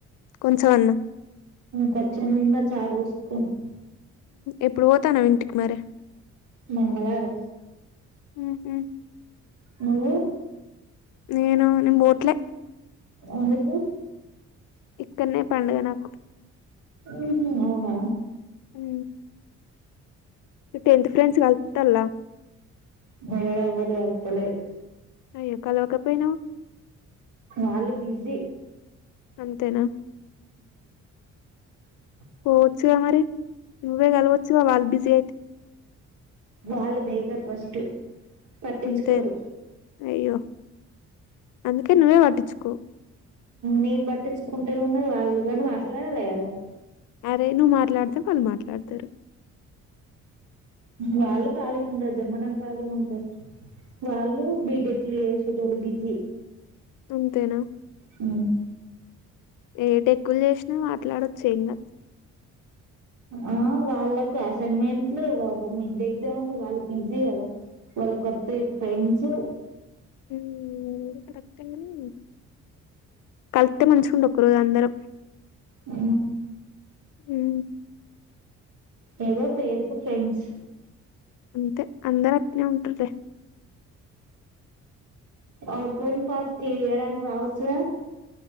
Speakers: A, on the left (about 85°); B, on the right (about 75°).
A: కొంచం అన్న
B: కొచ్చం తిన్న చారు పోసుకుని
A: ఎప్పుడు పోతానవు ఇంటికి మరీ
B: మంగళవారం
A: ఉహు
B: నువ్
A: నేను నెన్ బోవట్లే
B: ఎందుకు
A: ఇక్కన్నే పండుగ నాకు
B: ఉహు అవునా
A: హూ మీ టెన్త్ ఫ్రెండ్స్ కలుతల్లా
B: మే ఎవల్ కలుస్తలేరు
A: అయ్యో కలవకపోయినావు
B: వాలు బిజీ
A: అంతేనా
B: ఆ
A: పో వచ్చ మరి నువ్వే కలువచు గా వాళ్ళు బిజీ అయితే
B: వాళ్ళు దేకరు ఫస్ట్ పట్టించుకోరు
A: అంతే అయ్యో అందుకే నువే పటిచ్చుకో
B: నేను పట్టించుకుంటే ఉన్నది వాళ్ళు కాని మాట్లాడాలి కదా
A: అరే నువు మాట్లాడితే వాళ్ళు మాట్లాడతరు
B: వాళ్ళు ఖాళీగా ఉండదు మనం ఖాళీగా ఉంటే వాళ్ళు బిటెక్లు చేసేటోలు బిజీ
A: అంతేనా
B: అ
A: ఏ టేక్కులు చేసినా మాట్లాడొచ్చు ఏం కాదు
B: ఆ వాళ్ళకు అసైన్మెంట్లు మిడ్డేగ్జామ్లు వాళ్ళకి బిజీ కదా వాళ్ళ కొత్త ఫ్రెండ్స్
A: హూ కరెక్టే కానీ కలితే మంచిగుండు ఒక రోజు అందరం
B: అ
A: హూ
B: ఏదో పేరుకు ఫ్రెండ్స్
A: అంతే అందరు అట్లే ఉంటార్లే
B: అ గుంపాస్తి ఏడానికి రావచ్చ గా